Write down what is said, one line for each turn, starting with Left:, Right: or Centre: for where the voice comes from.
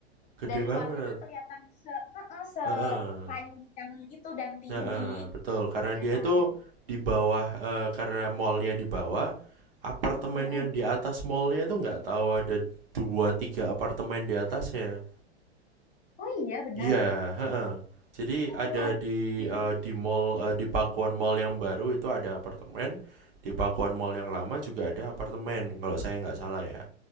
Right: Gede
Left: dari
Right: banget.
Left: luarnya kan kelihatan se heeh, sepanjang
Right: Heeh.
Left: itu dan tinggi,
Right: nah betul. Karena
Left: ya
Right: dia
Left: kan?
Right: itu di bawah, eh, karena mallnya di bawah, apartemen
Left: Mm-mm.
Right: yang di atas mallnya itu nggak tahu ada dua tiga apartemen di atasnya.
Left: Oh iya benar.
Right: Iya, heeh. Jadi
Left: Oh
Right: ada di
Left: oke.
Right: eh, di mall eh, di Pakuan Mall yang baru itu ada apartemen, di Pakuan Mall yang lama juga ada apartemen kalau saya nggak salah ya.